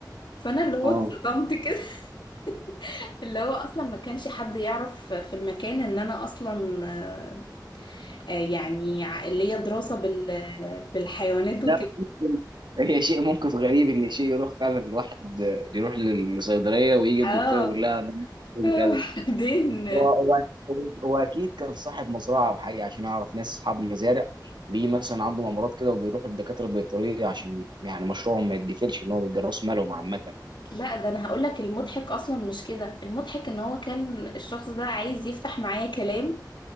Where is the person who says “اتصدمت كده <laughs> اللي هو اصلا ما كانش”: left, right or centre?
Left